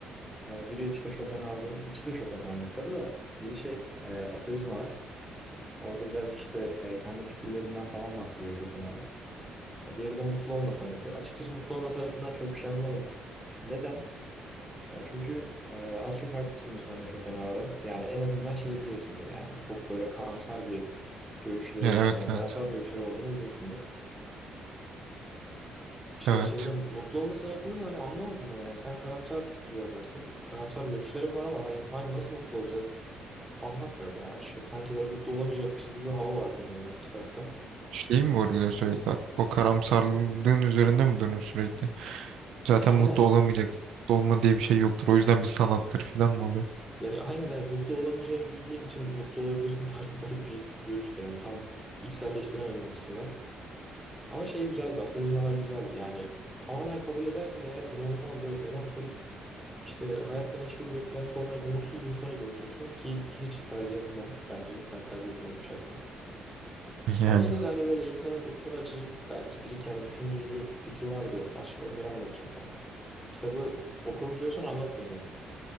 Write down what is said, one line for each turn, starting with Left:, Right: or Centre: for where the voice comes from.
Centre: E, biri işte Schopenhauer'un, ikisi de Schopenhauer'un kitabı da biri şey e, Aforizmalar. Orada birazcık işte e, kendi fikirlerinden falan bahsediyor Schopenhauer. E, diğeri de Mutlu Olma Sanatı. Açıkçası Mutlu Olma Sanatı'ndan çok bir şey anlamadım. Neden? E, çünkü e, az çok hakimsindir sen de Schopenhauer'a. Yani en azından şeyi biliyorsundur yani çok böyle karamsar bir görüşleri
Right: Ya evet
Centre: yani karamsar
Right: evet
Centre: görüşleri olduğunu biliyorsundur. İşte
Right: evet.
Centre: şeyde mutlu olma sanatını da hani anlamadım ben yani. Sen karamsar bir yazarsın. Karamsar görüşlerim var ama hani, hani nasıl mutlu olacağız anlatmıyordu yani açıkçası. Sanki böyle mutlu olamayacakmışız gibi bir hava vardı yine de kitapta.
Right: Şey mi vurguluyor sürekli? O karamsarlığın üzerinde mi durmuş sürekli? Zaten
Centre: Aynen
Right: mutlu olamayacaksın. Mutlu olma diye bir şey yoktur. O yüzden bir sanattır falan mı oluyor?
Centre: yani aynen hani mutlu olamayacağını bildiğin için mutlu olabilirsin <laughs> tarzı garip bir görüştü yani tam içselleştiremedim o kısmı ben. Ama şey güzeldi, aforizmalar güzeldi. Yani tamamen kabul edersen eğer inanılmaz böyle melankolik, işte hayattan hiçbir beklentisi olmayan umutsuz bir insana dönüşürsün ki hiç tercih etme bence. Ben tercih etmiyorum şahsen.
Right: <laughs> Yani.
Centre: Ama yine de hani böyle insanın ufkunu açıcı belki bir iki hani düşündürücü fikri vardı. Azıcık onları anlatacağım sana. Kitabı okurum diyorsan anlatmayayım ama.